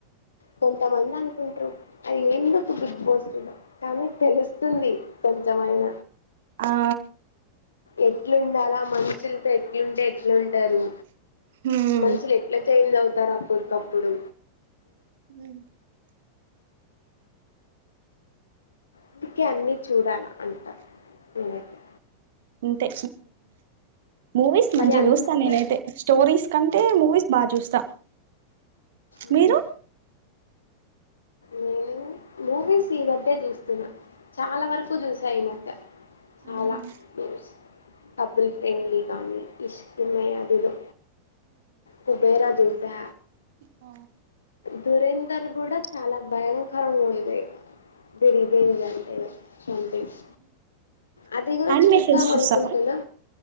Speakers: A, on the left; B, on the right.
A: కొంతమంది అనుకుంటరు అది ఎందుకు బిగ్ బోస్టులో కానీ తెలుసు వస్తుంది కొంచమైన
B: ఆ
A: ఎట్లుండాల మనుషులతో ఎట్లుంటే ఎట్లుంటారు
B: హ్మ్
A: మనుషులు ఎట్లా చేంజ్ అవు తార ఎప్పుడుకప్పుడు
B: హ
A: అందుకే అన్ని చూడాల అంటా నేనైతే
B: ఇంతే మూవీస్
A: మరి
B: మంచి
A: అంత
B: చూస్తా నేను అయితే స్టోరీస్ కంటే మూవీస్ బాగా చూస్తా
A: ఉహా
B: మీరు
A: నేను మూవీస్ ఈ మధ్య చూస్తున్నా చాలా వరకు చూసాను చాలా
B: హ్మ్
A: న్యూస్ కపుల్ ఫ్రెండ్లీ కానీ ఇష్క్ మే అదేదో కుబేరదూర్ ద
B: ఆ
A: దురేందర్ కూడా చాలా భయంకరంగా ఉంది బరి బేంజ అంటే సంథింగ్ అది కూడా
B: అనిమేషన్స్
A: చూద్దాం
B: చూస్తావా
A: అనుకుంటున్నా